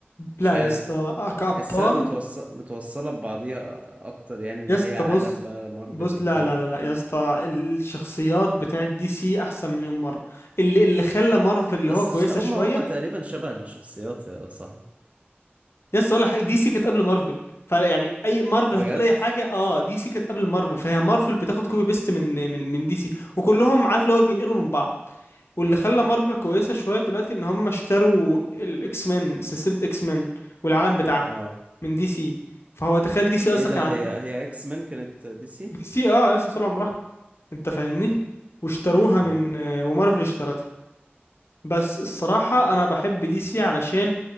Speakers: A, on the right; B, on the left.
A: مش
B: لا
A: عارف
B: يا اسطى آه، كأبطال
A: تحسها متوصل... متوصلة ببعضيها اكتر يعني اللي
B: يا اسطى
A: هي عالم
B: بص
A: بقى مارفل
B: بص
A: وبتاع
B: لا لا لا لا يا اسطى الشخصيات بتاعت دي سي احسن مليون مرة اللي اللي خلى مارفل اللي
A: اصل
B: هو كويسة
A: هم
B: شوية
A: هم تقريبا شبه الشخصيات يا صاحبي
B: يس ولا حاجه دي سي كانت قبل مارفل فيعني اي مارفل
A: بجد
B: هتقول اي حاجه اه دي سي كانت قبل مارفل فهي مارفل بتاخد كوبي بيست من من من دي سي وكلهم عارف لو بينقلوا من بعض واللي خلى مارفل كويسه شويه دلوقتي ان هم اشتروا الاكس مان سلسله اكس مان والعالم بتاعها
A: اه
B: من دي سي فهو تخيل دي سي اصلا
A: ايه ده
B: كان عند
A: هي هي اكس مان كانت دي سي
B: دي سي اه لسه طول عمرها انت فاهمني واشتروها
A: مم.
B: من آه، ومارفل اشترتها بس الصراحه انا بحب دي سي علشان